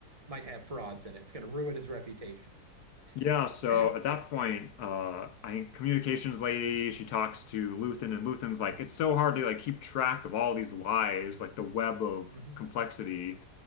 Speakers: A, on the right (about 20°); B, on the left (about 70°).
A: might have frauds in it. It's gonna ruin his reputation. <coughs>
B: Yeah, so
A: <clears throat>
B: at that point, uh, I think communications lady, she talks to Luthen, and Luthen's like, it's so hard to like keep track of all these lives, like the web of
A: Mhm.
B: complexity.